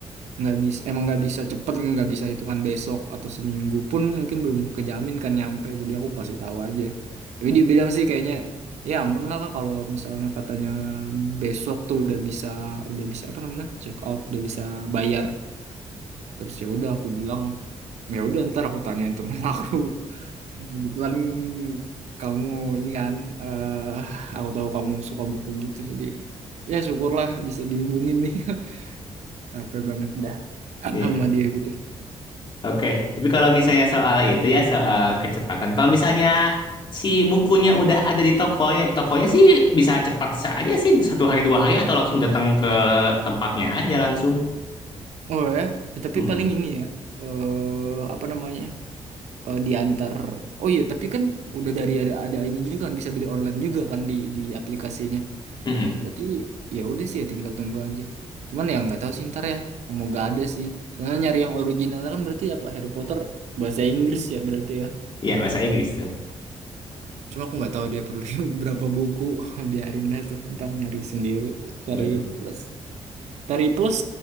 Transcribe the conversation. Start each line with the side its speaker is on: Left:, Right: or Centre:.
Right: nggak bisa emang nggak bisa cepet nggak bisa hitungan besok atau seminggu pun mungkin belum kejamin kan nyampe jadi aku kasih tahu aja tapi dia bilang sih kayaknya ya aman lah kak kalau misalnya katanya besok tuh udah bisa udah bisa apa namanya check out udah bisa bayar terus ya udah aku bilang ya udah ntar aku tanyain temen <laughs> aku Kebetulan kamu ini kan, eh aku tahu kamu suka buku gitu, jadi ya syukurlah bisa dihubungin nih. <laughs> Capek banget dah
Left: Iya.
Right: sama dia gitu.
Left: Oke, Tapi kalau misalnya soal itu ya, soal kecepatan. Kalau misalnya si bukunya udah ada di tokonya, tokonya sih bisa cepat saja sih, satu hari dua hari, atau langsung datang ke tempatnya aja langsung.
Right: Oh ya, Eh, tapi
Left: Mm-mm.
Right: paling ini ya, eh apa namanya, eh, diantar. Oh iya, tapi kan udah dari ada ada ini juga kan bisa beli online juga kan di di aplikasinya.
Left: Mm-mm.
Right: Berarti ya udah sih ya tinggal tunggu aja. Cuman ya nggak tahu sih ntar ya, mau gak ada sih. Soalnya nyari yang originalnya kan berarti apa Harry Potter bahasa Inggris ya berarti ya.
Left: Iya, bahasa Inggris tuh.
Right: Cuma aku nggak tahu dia perlu <laughs> berapa buku. <laughs> Biarin dah tuh. Ntar nyari sendiri. Tari
Left: Waduh.
Right: Plus. Tari Plus